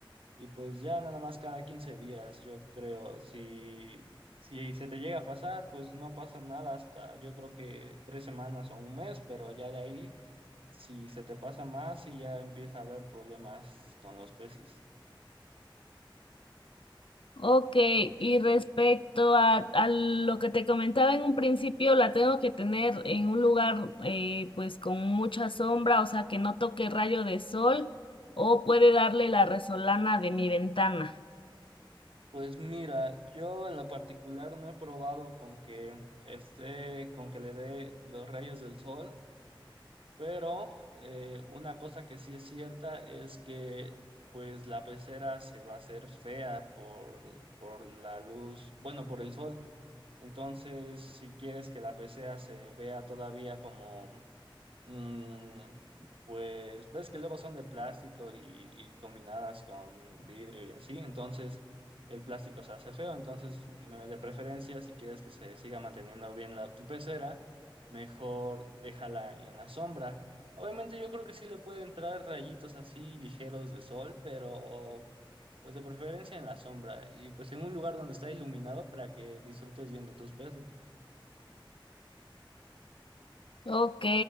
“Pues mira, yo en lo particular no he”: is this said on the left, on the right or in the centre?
Right